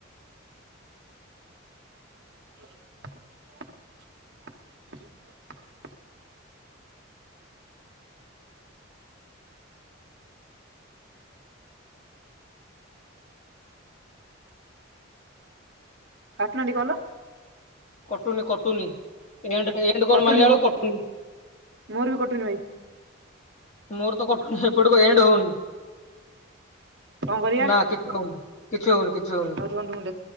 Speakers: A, on the right; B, on the left.
A: <inaudible> କାଟୁ ନାହାନ୍ତି କଲ।
B: କଟୁନି କଟୁନି ଏଣ୍ଡେ କଲ
A: କଟୁନି
B: ମାରିଲା ବେଳକୁ
A: ମୋ
B: କଟୁନି।
A: ମୋର ବି କଟୁନି ଭାଇ
B: ମୋର ତ କଟୁନି ଏପଟକୁ ଏଣ୍ଡ ହଉନି।
A: କଣ କରିବା
B: ନା କିଛି ହଉନି କିଛି ହଉନି କିଛି ହଉନି
A: ଆଉ ରୁହନ୍ତୁ ମୁଁ ଦେଖୁଛି।